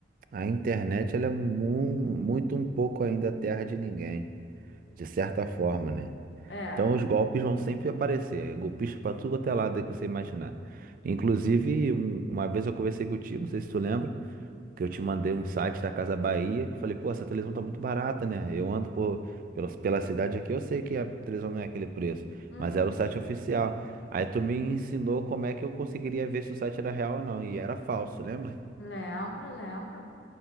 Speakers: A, on the right; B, on the left.
A: a internet ela é mu- muito um pouco ainda terra de ninguém, de certa forma, né?
B: É.
A: Então os golpes vão sempre aparecer, é golpista pra tudo quanto é lado aí que você imaginar. Inclusive, um- uma vez eu conversei contigo, não sei se tu lembra, que eu te mandei um site da Casa Bahia, que eu falei, pô, essa televisão tá muito barata, né? Eu ando por, pela, pela cidade aqui, eu sei que a televisão não é aquele preço,
B: Uhum.
A: mas era o site oficial. Aí tu me ensinou como é que eu conseguiria ver se o site era real ou não, e era falso, lembra?
B: Lembro, lembro.